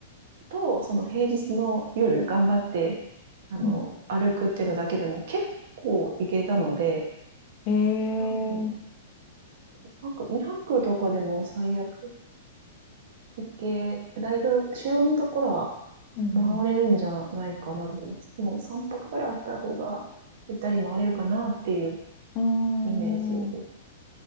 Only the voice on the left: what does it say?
うん。
ええ
うん
うん。
あ